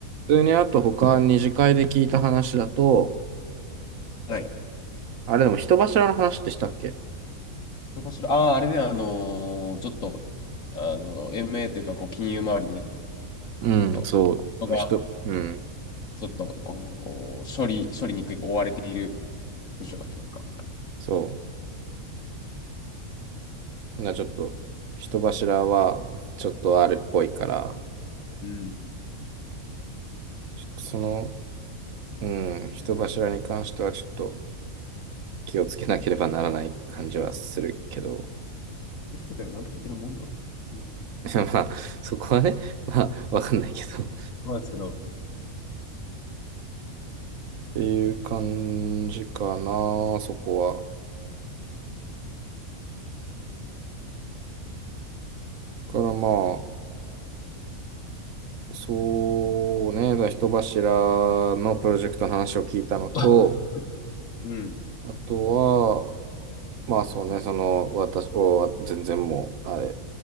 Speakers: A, on the right; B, on the left.
A: 普通にあと他二次会で聞いた話だと、
B: はい。
A: あれでも人柱の話ってしたっけ
B: どこしら、ああー、あれね、あのーちょっと、あの、MA というか、こう、金融周りで、
A: うん、
B: ちょっと、
A: そう。
B: 人が、
A: 人、うん、
B: ちょっと、こう、処理、処理に追われている部署があるというか。
A: そう。な、ちょっと、人柱はちょっとあるっぽいから、
B: うん。
A: ちょっとその、うん、人柱に関してはちょっと気をつけなければならない感じはするけど、
B: 気をつけたらなんとかいけるもんなのか。うん。
A: <laughs> まあ、そこはね、<laughs> まあ、わかんないけど。っ
B: そうですけど。
A: ていう感じかな、そこは。からまあ、そうね、だから人柱のプロジェクトの話を聞いたのと、
B: <laughs> うん。
A: あとは、まあそうね、その、私、お、全然もう、あれ、